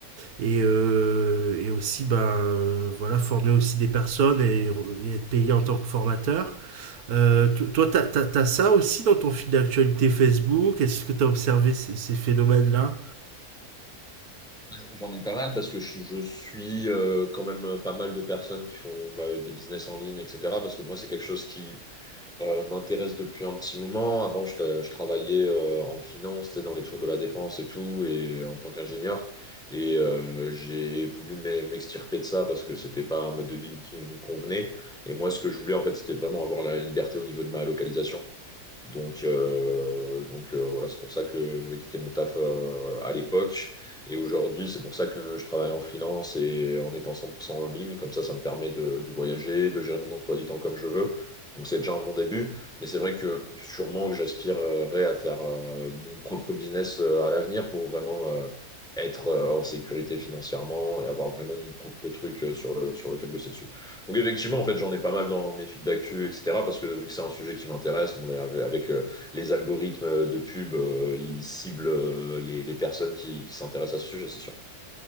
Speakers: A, on the right; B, in the centre.
A: et, euh, et aussi ben, euh, voilà, former aussi des personnes et, et être payé en tant que formateur. Euh, to- toi, tu as, ça aussi dans ton fil d'actualité Facebook Est-ce que tu as observé ces, ces phénomènes-là
B: J'en ai pas mal parce que je, je suis euh, quand même euh, pas mal de personnes qui font bah, des business en ligne, etc. Parce que moi, c'est quelque chose qui euh, m'intéresse depuis un petit moment. Avant, je, tra- je travaillais euh, en finance, t'sais, dans les tours de la défense et tout, et euh, en tant qu'ingénieur. Et euh, j'ai voulu m'e- m'extirper de ça parce que c'était pas un mode de vie qui me convenait. Et moi, ce que je voulais, en fait, c'était vraiment avoir la liberté au niveau de ma localisation. Donc, euh, donc euh, voilà, c'est pour ça que j'avais quitté mon taf euh, à l'époque. Et aujourd'hui, c'est pour ça que je travaille en freelance et en étant 100% en ligne. Comme ça, ça me permet de, de voyager, de gérer mon emploi du temps comme je veux. Donc, c'est déjà un bon début. Mais c'est vrai que sûrement que j'aspirerais à faire euh, mon propre business euh, à l'avenir pour vraiment euh, être euh, en sécurité financièrement et avoir vraiment mon propre truc euh, sur le, sur lequel bosser dessus. Donc effectivement, en fait, j'en ai pas mal dans mes fils d'actu, etc. Parce que vu que c'est un sujet qui m'intéresse, bon, avec, avec, euh, les algorithmes euh, de pub, euh, ils ciblent euh, les, les personnes qui, qui s'intéressent à ce sujet, c'est sûr.